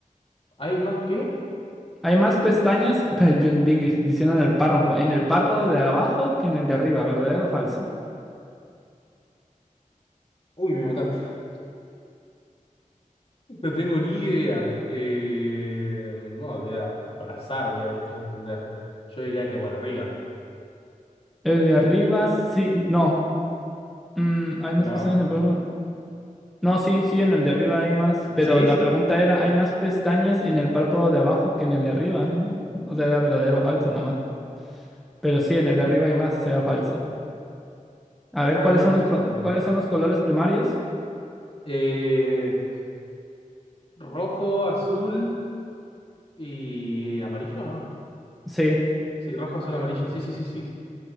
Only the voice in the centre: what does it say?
Hay más pestañas, pe- yo di- diciendo en el párrafo, en el párpado de abajo que en el de arriba, ¿verdadero o falso?
El de arriba sí, no. Mm, hay más
pestañas en el párpado. No, sí, sí, en el de arriba hay más, pero
la
pregunta era, ¿hay más pestañas en el párpado de abajo que en el de arriba? O sea, era verdadero o falso nada más. Pero sí, en el de arriba hay más, sea falso. A ver,
¿cuáles
son
los pro-
cuáles son los colores primarios?
Sí,